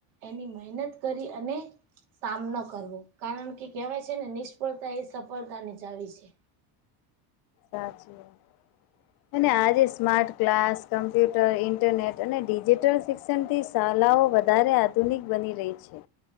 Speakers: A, on the right (about 85°); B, on the left (about 50°).
A: એની મહેનત કરી અને સામનો કરવો કારણ કે કહેવાય છે ને નિષ્ફળતા એ સફળતા ની ચાવ છે
B: સાચી વાત અને આજે સ્માર્ટ ક્લાસ કમ્પ્યુટર ઇન્ટરનેટ અને ડિજિટલ શિક્ષણ થી શાલાઓ વધારે આધુનિક બની રહી છે